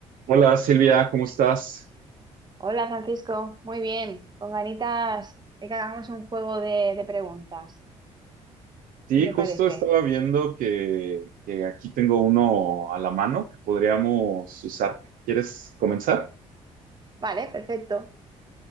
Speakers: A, on the right; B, on the right.
A: Hola Silvia, ¿cómo estás?
B: Hola Francisco, muy bien, con ganitas de que hagamos un juego de, de preguntas.
A: Sí,
B: ¿Qué te
A: justo
B: parece?
A: estaba viendo que, que aquí tengo uno a la mano que podríamos usar. ¿Quieres comenzar?
B: Vale, perfecto.